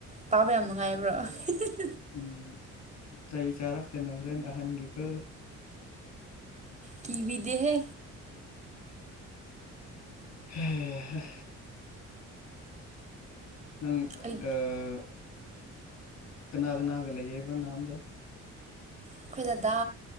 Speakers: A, on the right (about 25°); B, on the left (about 65°).
A: ꯇꯥꯕ ꯌꯥꯝ ꯅꯨꯡꯉꯥꯏꯕ꯭ꯔꯣ ꯍꯤꯍꯤ
B: ꯎꯝ ꯆꯩ ꯆꯥꯔꯛꯇꯅ ꯍꯣꯔꯦꯟ ꯑꯍꯟꯒꯤꯀꯣ
A: ꯀꯤꯕꯤꯗꯦꯍꯦ
B: ꯍꯦꯍꯦ ꯅꯪ
A: ꯑꯩ
B: ꯑꯥ ꯀꯅꯥ ꯀꯅꯥꯒ ꯂꯩꯌꯦꯕ ꯅꯍꯥꯟꯗꯣ
A: ꯑꯩꯈꯣꯏ ꯗꯗꯥ